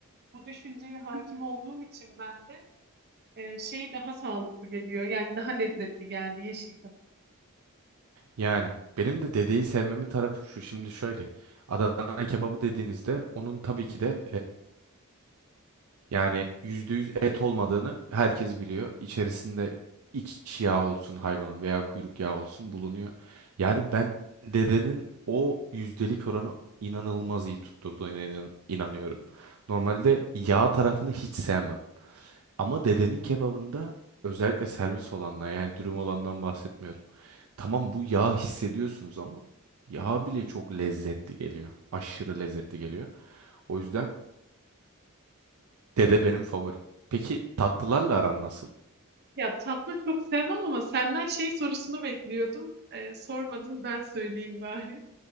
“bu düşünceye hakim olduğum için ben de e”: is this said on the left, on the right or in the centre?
Right